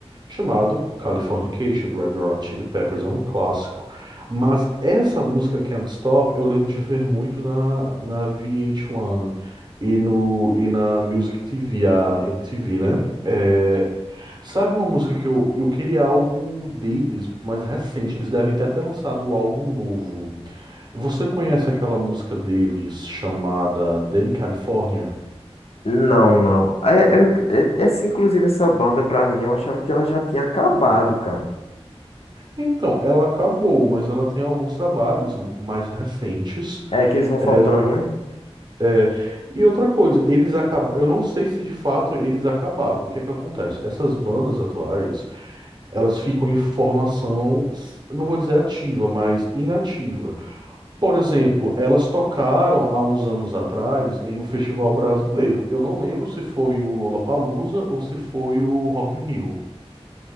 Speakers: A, on the right (about 40°); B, on the left (about 65°).
A: chamado Californication, do Red Hot Chili Peppers, é um clássico. Mas essa música Can't Stop, eu lembro de ver muito na, na VH1 e, no, e na Music TV, a MTV, né? É, sabe uma música que eu, eu queria algo deles, mais recente, eles devem até ter lançado o álbum novo. Você conhece aquela música deles chamada Danny California?
B: Não, não. É, eu- é- essa, inclusive, essa banda, pra mim, eu achava que ela já tinha acabado, cara.
A: Então, ela acabou, mas ela tem alguns trabalhos mais recentes.
B: É que eles vão
A: É,
B: soltando,
A: do
B: né?
A: É, e outra coisa, eles acabaram. Eu não sei se de fato eles acabaram. O que é que acontece? Essas bandas atuais, elas ficam em formação, s- não vou dizer ativa, mas inativa. Por exemplo, elas tocaram há uns anos atrás em um festival brasileiro. Eu não lembro se foi o Lollapalooza ou se foi o Rock in Rio.